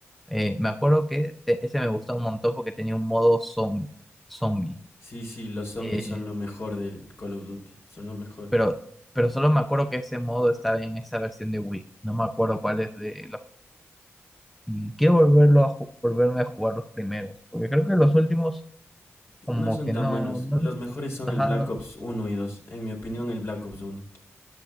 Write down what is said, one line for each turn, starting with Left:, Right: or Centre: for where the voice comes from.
Centre: Eh, me acuerdo que te- ese me gustaba un montón porque tenía un modo zom- zombie.
Left: Sí, sí, los zombies
Centre: Eh,
Left: son lo mejor del Call of Duty, son lo mejor.
Centre: pero, pero solo me acuerdo que ese modo estaba en esa versión de Wii. No me acuerdo cuál es de los... Y quiero volverlo a ju- volverme a jugar los primeros, porque creo que los últimos como
Left: No son
Centre: que
Left: tan
Centre: no...
Left: buenos,
Centre: no,
Left: los
Centre: no-
Left: mejores son
Centre: ajá,
Left: el Black
Centre: no.
Left: Ops uno y dos en mi opinión el Black Ops uno